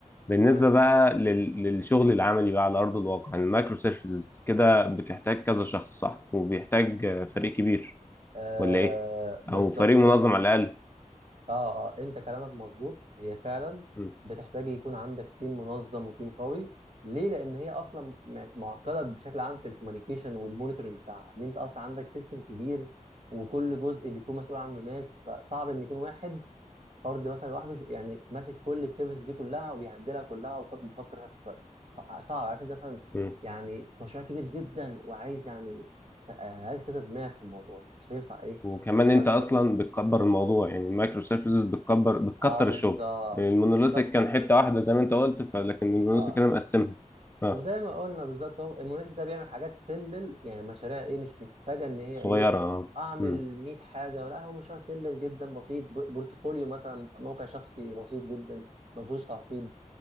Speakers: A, on the left (about 15°); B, on the right (about 55°).
A: بالنسبة
B: تمام
A: بقى لل- للشغل العملي بقى على أرض الواقع يعني المايكرو سيرفيسز كده بتحتاج كذا شخص صح وبيحتاج آه، فريق كبير
B: آه
A: ولا إيه؟
B: بالظبط
A: أو فريق منظم
B: انت
A: على الأقل
B: اه اه انت كلامك مظبوط هي فعلا
A: م-
B: بتحتاج يكون عندك تيم منظم وتيم قوي ليه لان هي اصلا م- معقده بشكل عام في الكوميونيكيشن والمونيتورنج بتاعها ان انت اصلا عندك سيستم كبير وكل جزء بيكون مسؤول عنه ناس فصعب ان يكون واحد فرد مثلا لوحده ش- يعني ماسك كل السيرفيس دي كلها وبيهندلها كلها وبيفكر فيها في نفس الوقت. ف- صعب عارف انت مثلا
A: م.
B: يعني مشروع كبير جدا وعايز يعني آه، عايز كذا دماغ في الموضوع مش هينفع ايه
A: وكمان
B: انه
A: أنت
B: يكون
A: أصلا بتكبر الموضوع يعني المايكرو سيرفيسز بتكبر بتكتر
B: اه بالظبط
A: الشغل المونوليثيك
B: بتكتر
A: كان
B: الشغل
A: حتة واحدة زي ما أنت قلت فلكن المونوليثيك
B: اه
A: أنا مقسمها أه
B: وزي ما قلنا بالظبط هو المونيتك ده بيعمل حاجات سيمبل يعني مشاريع ايه مش محتاجه ان هي
A: صغيرة
B: ايه
A: أه
B: اعمل
A: م-
B: 100 حاجه ولا هو مشروع سيمبل جدا بسيط ب- بورتفوليو مثلا موقع شخصي بسيط جدا ما فيهوش تعقيد